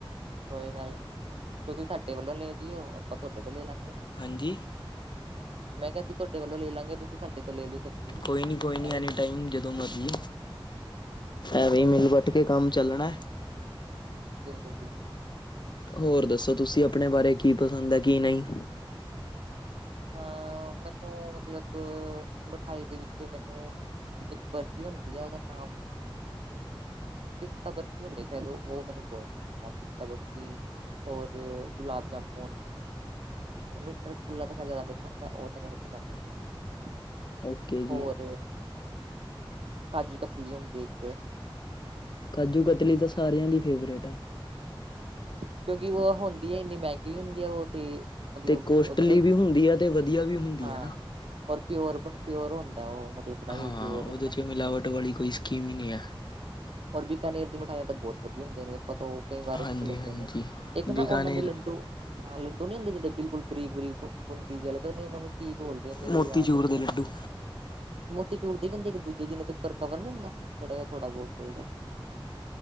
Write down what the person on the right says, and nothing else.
ਕੋਈ ਗੱਲ ਨਹੀਂ ਤੁਸੀਂ ਸਾਡੇ ਵੱਲੋਂ ਲੈ ਜਿਓ ਆਪਾਂ ਤੁਹਾਡੇ ਤੋਂ ਲੈ ਲਾਂਗੇ।
ਮੈਂ ਕਿਹਾ ਅਸੀਂ ਤੁਹਾਡੇ ਵੱਲੋਂ ਲੈ ਲਾਂਗੇ ਤੁਸੀਂ ਸਾਡੇ ਤੋਂ ਲੈ ਲਿਓ। ਸਬਜ਼ੀ
ਐਵੇਂ
ਕਰੋ
ਕੋਈ
ਗੱਲ ਨਹੀਂ
ਬਿਲਕੁਲ-ਬਿਲਕੁਲ
ਹਾਂ ਮੈਨੂੰ ਮਤਲਬ ਮਿਠਾਈ ਦੇ ਵਿੱਚ ਮੈਨੂੰ ਇੱਕ ਬਰਫੀ ਹੁੰਦੀ ਹੈ ਉਹਦਾ ਨਾਮ ਪਿਸਤਾ ਬੱਰਫੀ ਹੁੰਦੀ ਉਹ ਮੈਨੂੰ ਬਹੁਤ ਪਸੰਦ ਪਿਸਤਾ ਬੱਰਫੀ ਔਰ ਗੁਲਾਬ ਜਾਮੁਣ ਮਿੱਠਾ ਖੁੱਲਾ <unintelligible> ਤਾਂ ਜ਼ਿਆਦਾ ਮਿੱਠਾ ਹੁੰਦਾ ਉਹ ਤਾਂ ਮੈਨੂੰ ਪਸੰਦ ਨਹੀਂ।
ਹੋਰ ਕਾਜੂ ਕਤਲੀ ਹੋਦੀਂ ਏ ਇੱਕ ਤੇ
ਕਿਉਂਕਿ ਉਹ ਹੁੰਦੀ ਹੈ ਇੰਨੀ ਮਹਿੰਗੀ ਹੁੰਦੀ ਹੈ ਉਹ ਤੇ ਮਤਲਬ
ਉਹਦੇ
ਹਾਂ
ਔਰ ਪਿਓਰ ਬੜਾ ਪਿਓਰ ਹੁੰਦਾ ਉਹ ਮਤਲਬ ਬਣਾਈ
ਹੋਈ ਪਿਓਰ
ਹਨਾ
ਔਰ ਬਿਕਾਨੇਰ ਦੀ ਮਿਠਾਈਆਂ ਤਾਂ ਬਹੁਤ ਵਧੀਆ ਹੁੰਦੀਆਂ ਨੇ ਆਪਾਂ ਤੋਂ ਉਹ ਕਈ ਵਾਰ
ਉਥੋਂ ਲੈਂਦੇ
ਨੇ ਇੱਕ ਨਾ
ਉਹਨਾਂ ਦੇ ਲੱਡੂ ਹਾਂ ਲੱਡੂ ਨ ਹੁੰਦੇ ਜਿਹੇ ਬਿਲਕੁਲ ਬਰੀਕ- ਬਰੀਕ ਬੁੰਦੀ ਵਾਲੇ ਪਤਾ ਨੀ ਉਹਨਾਂ ਨੂੰ ਕੀ ਬੋਲਦੇ ਆ ਮੇਰੇ
ਯਾਦ
ਨੀ
ਆਰਯਾ
ਮੋਤੀ ਚੂਰ ਦੀ ਕਹਿੰਦੇ ਇੱਕ ਦੂਜੇ ਜਿਨਾ ਤੇ ਕਵਰ ਨਹੀਂ ਹੁੰਦਾ ਜਿਹੜਾ ਤੁਡੇ ਕੋਲ ਕੋ